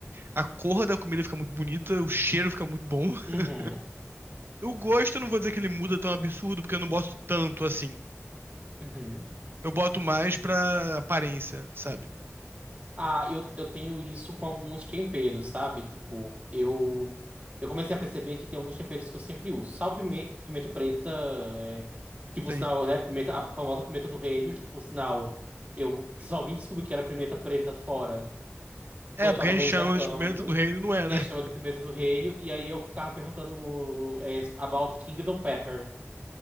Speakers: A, on the right; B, on the right.
A: A cor da comida fica muito bonita, o cheiro fica muito bom. <laughs>
B: Uhum,
A: O gosto, eu não vou dizer que ele muda tão absurdo, porque eu não boto tanto assim.
B: uhum.
A: Eu boto mais pra aparência, sabe?
B: Ah, eu, eu tenho isso com alguns temperos, sabe? Tipo, eu eu comecei a perceber que tem alguns temperos que eu sempre uso. Sal, pimenta, pimenta preta, é, que por
A: Sim.
B: sinal, né? Pimenta, a famosa pimenta do reino, que por sinal, eu só vim descobrir que era pimenta preta fora. quando
A: É,
B: eu
A: porque
B: tava
A: a gente
B: no intercâmbio,
A: chama de pimenta do reino, não é,
B: e
A: né?
B: a
A: <laughs>
B: gente chama de pimenta do reino, e aí eu ficava perguntando é, about Kingdom Pepper.